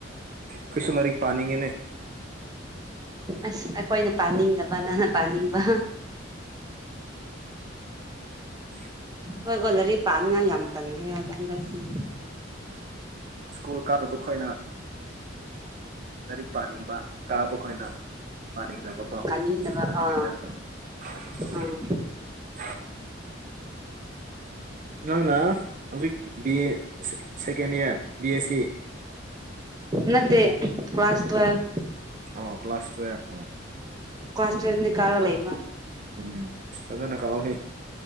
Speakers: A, on the right; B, on the right.
A: ꯈꫭꯏꯁꯨ ꯂꯥꯏꯔꯤꯛ ꯄꯥꯅꯤꯡꯉꯦꯅꯦ
B: ꯑꯁ ꯑꯩꯈꯣꯏꯅ ꯄꯥꯅꯤꯡꯗꯕ ꯅꯪꯅ ꯄꯥꯅꯤꯡꯕ
A: <inaudible>
B: ꯈꫭꯏꯕꯨ ꯂꯥꯏꯔꯤꯛ ꯄꯥꯝꯅꯤ ꯌꯥꯝ ꯇꯟꯈ꯭ꯔꯦꯕ ꯍꯟꯗꯛꯇꯤ
A: ꯏꯁ꯭ꯀꯨꯜ ꯀꯥꯗ ꯇꫭꯛꯊꫭꯛꯏꯅ ꯂꯥꯏꯔꯤꯛ ꯄꯥꯅꯤꯡꯕ ꯀꯥꯕ ꯈꯣꯏꯅ ꯄꯥꯅꯤꯡ <unintelligible>
B: ꯀꯥꯅꯤꯡꯗꯕ ꯑꯥ ꯑꯥ
A: ꯅꯪꯅ ꯍꯧꯖꯤꯛ ꯕꯤꯑꯦ ꯁꯦ ꯁꯦꯀꯦꯟ ꯏꯌꯥꫪ ꯕꯤ ꯑꯦꯁ ꯁꯤ
B: ꯅꯠꯇꯦ ꯀ꯭ꯂꯥꯁ ꯇ꯭ꯋꯦꯜꯚ
A: ꯑꫭ ꯀ꯭ꯂꯥꯁ ꯇꯨꯋꯦꯜꯚ ꯑ
B: ꯀ꯭ꯂꯥꯁ <unintelligible>
A: ꯎꯝ ꯐꯖꯅꯀꯥꯎꯍꯦ